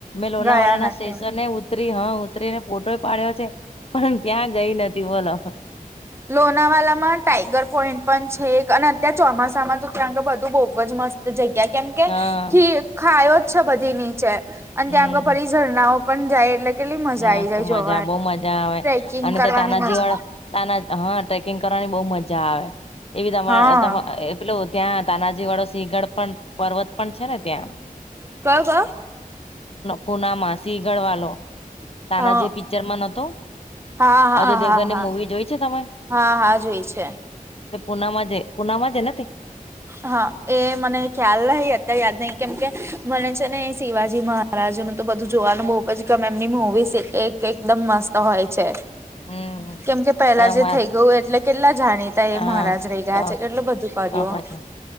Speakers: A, on the left; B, on the right.
A: લોનાવાલા
B: ગયા
A: ના
B: નથી
A: સ્ટેશનને ઉતરી હા ઉતરીને ફોટો પાડ્યો છે પણ ત્યાં ગઈ નથી બોલો
B: લોનાવાલામાં ટાઈગર પોઈન્ટ પણ છે અને અત્યારે ચોમાસામાં તો ત્યાં તો બધું બવ જ મસ્ત તો જગ્યા કેમ કે
A: હા
B: ખી ખાયો જ છે બધી નીચે અને
A: હમ્મ.
B: ત્યાં આગળ ફરી ઝરણાઓ પણ જાય એટલે કેટલી મજા
A: મસ્ત
B: આઈ જાય
A: મજા
B: જોવાની
A: બવ મજા આવે
B: ટ્રેકિંગ
A: અને
B: કરવાની
A: તો તાનાજીવાળ
B: મજા
A: તના હા ટ્રેકિંગ કરવાની બહુ મજા આવે એવી તમાર
B: હા
A: તમા પેલુ ત્યાં તાનાજી વાળો સિંહગઢ પણ પર્વત પણ છે ને ત્યાં
B: કયો કયો?
A: પુનામાં સિગળ વાલો. તાનાજી
B: હા
A: પિક્ચરમાં નતો?
B: હા
A: અજય
B: હા
A: દેવગનની
B: હા હા,
A: મૂવી જોઈ છે તમે
B: હા હા જોય છે.
A: તે પુનામા જે પુનામાંજે ને તે
B: હા એ મને ખ્યાલ નહી અત્યારે યાદ નહી કેમ કે મને છે ને શિવાજી મહા રાજુ તો બધું જોવાનું બહુબ જ ગમે એમની મુવીઝ એકદમ મસ્ત હોય છે.
A: હમ
B: કેમ કે પેલા
A: તમા
B: જે થઇ ગયું એટલે કેટલા જાણીતા એ
A: હા
B: મહારાજ રહી ગયા
A: તો
B: છે. કેટલું બધું બન્યું.
A: તો પછી